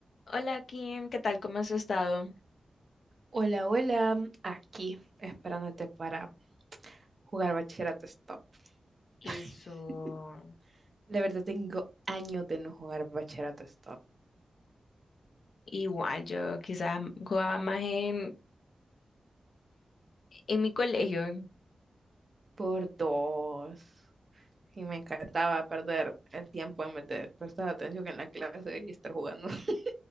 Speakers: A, on the left; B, on the right.
A: Hola Kim, ¿qué tal? ¿Cómo has estado?
B: Hola, hola, aquí esperándote para jugar Bachillerato Stop.
A: Eso,
B: <laughs> La verdad tengo años de no jugar Bachillerato Stop,
A: igual, yo quizás jugaba más en, en mi colegio.
B: por dos. Y me encantaba perder el tiempo en vez de prestar atención en la clase y estar jugando. <laughs>